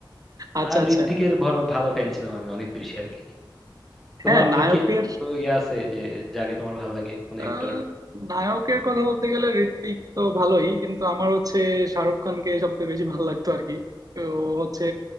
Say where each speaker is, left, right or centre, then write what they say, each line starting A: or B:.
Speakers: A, on the right; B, in the centre.
A: আচ্ছা
B: আর
A: আচ্ছা
B: ঋত্বিকের বড় ভালো ফ্যান ছিলাম আমি অনেক বেশি আর কি তোমার
A: হ্যাঁ নায়কের
B: কি এরকম কোনো ইয়ে আছে যে যাকে তোমার ভালো লাগে কোন
A: আহ,
B: অ্যাক্টর
A: নায়কের কথা বলতে গেলে ঋত্বিক তো ভালোই কিন্তু আমার হচ্ছে শাহরুখ খানকে সবচেয়ে বেশি ভালো লাগতো আর কি তো ও হচ্ছে